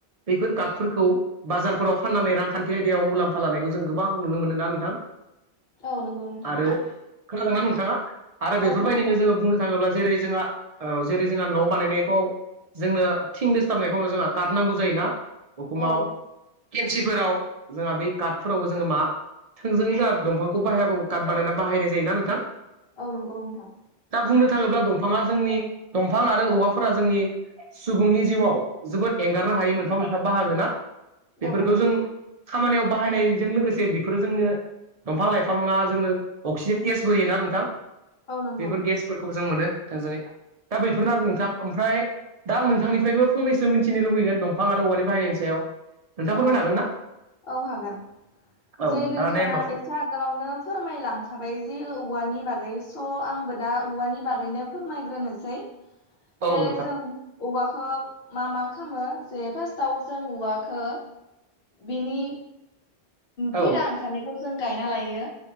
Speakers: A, on the right; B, on the left.
A: बैफोर काटफोरखौ बाजारफोराव फाननानै रांखान्थि आयदायाव मुलाम्फा लानायखौ जों गोबां नुनो मोनो ना नोंथां
B: औ नंगौ नोंथां
A: आरो खोनादोंना नोंथां नोंथाङा आरो बेफोरबायदिनो
B: औ खोनादों
A: जोङो बुंनो थाङोब्ला जेरै जोंहा ओ जेरै जोंहा न' बानायनायखौ जोंनो थिं दोसथाबनाय समायाव जोंहा काट नांगौ जायोना उखुमाव
B: औ
A: केन्सिफोराव जोंहा बै काट फोरावबो जोङो मा थोंजोङै जोहा दंफांखौ बाहायाबाबो जोंहा काट बानायना बाहायनाय जायोना नोंथां
B: औ नंगौ नोंथां
A: दा बुंनो थाङोब्ला दंफाङा जोंनि दंफां आरो औवाफोरा जोंनि सुबुंनि जिउआव जोबोद एंगारनो हायै मोनफा मोनफा बाहागो ना बेफोरखौ
B: औ नंगौ
A: जों खामानियाव बाहायनायजों लोगोसे बेफोरो जोंनो दंफां लाइफां बिफाङा जोंनो अक्सिजेन गेसबो होयोना नोंथां
B: औ नंगौ
A: बेफोर गेसफोरखौ जों मोनो थोंजोङै दा बेफोरनो आरो नोंथां ओमफ्राय दा आं नोंथांनिफ्रायबो फंनैसो मिथिनो लुगैगोन दंफां आरो औवानि बाहायनायनि सायाव नोंथाङा
B: औ
A: फोरमायनो हागोन ना
B: औ हागोन।
A: औ
B: जे नोंथाङा
A: दे होमबा
B: एसे आगोलावनो फोरमायलांखाबाय जे औवानि बागै थ' आंबो दा औवानि बागैनो फोरमायग्रोनोसै
A: औ
B: जे
A: नोंथां
B: जों औवाखौ मा मा खालामो जे फास्टाव जों उवाखो खो बिनि फेदा
A: औ
B: ओंखारनायखौ जों गायना लायो।